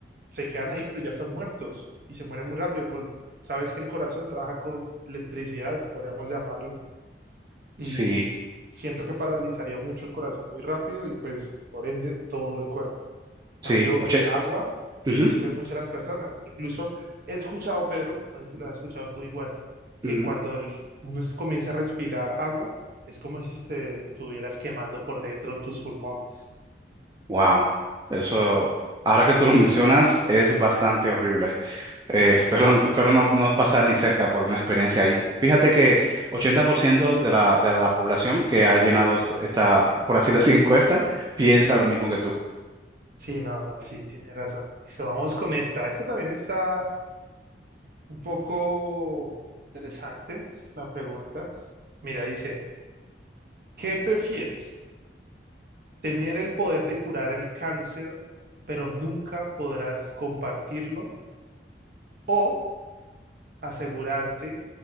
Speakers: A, on the right; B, on the right.
A: se quedan ahí, pero ya están muertos y se mueren muy rápido. Por, sabes que el corazón trabaja con electricidad, podríamos llamarlo, y
B: Sí,
A: siento que paralizaría mucho el corazón muy rápido y pues por ende todo el cuerpo
B: sí,
A: cambio,
B: oye.
A: el agua
B: ujú,
A: sufre mucho a las personas. Incluso he escuchado, Pedro, no sé si lo has escuchado tú igual, que
B: ujú.
A: cuando el- uno es- comienza a respirar agua, es como si te estuvieras quemando por dentro tus pulmones.
B: Wow, eso, ahora que tú lo <laughs> mencionas, es bastante horrible. Eh,
A: Sí,
B: espero, <laughs>
A: no,
B: espero no, no pasar ni cerca por una experiencia ahí. Fíjate que 80% de la, de la población que ha llenado esto- esta, por así decir, <laughs> encuesta, piensa
A: sí,
B: lo mismo que tú.
A: sí, no, no, sí, tienes razón. Listo, vamos con esta. Esta también está un poco interesante, la pregunta. Mira, dice, ¿qué prefieres? tener el poder de curar el cáncer, pero nunca podrás compartirlo o asegurarte